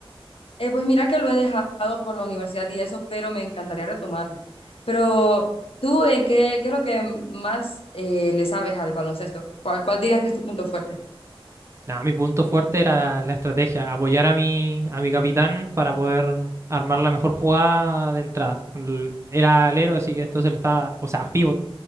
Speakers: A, on the left; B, on the right.
A: Eh, pues mira que lo he dejado por la universidad y eso, pero me encantaría retomarlo. Pero tú, eh, ¿qué, qué es lo que más eh, le sabes al baloncesto? ¿Cuál, cuál dirías que es tu punto fuerte?
B: nada, mi punto fuerte era la, la estrategia, apoyar a mi, a mi capitán para poder armar la mejor jugada de entrada. L- Era alero, así que entonces le estaba, o sea, pivot,